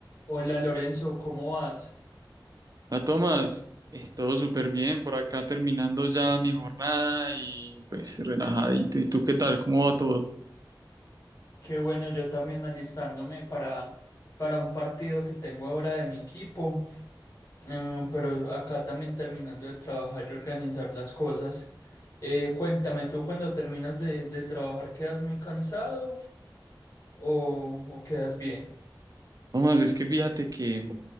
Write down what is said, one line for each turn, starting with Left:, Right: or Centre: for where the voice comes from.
Left: Hola Lorenzo, ¿cómo vas?
Right: Ah, Tomás, es todo súper bien por acá terminando ya mi jornada y pues relajadito. ¿Y tú qué tal? ¿Cómo va todo?
Left: Qué bueno, yo también alistándome para, para un partido que tengo ahora de mi equipo, Mm, pero acá también terminando de trabajar y organizar las cosas. Eh, cuéntame, ¿tú cuando terminas de, de trabajar quedas muy cansado o, o quedas bien?
Right: Tomás, es que fíjate que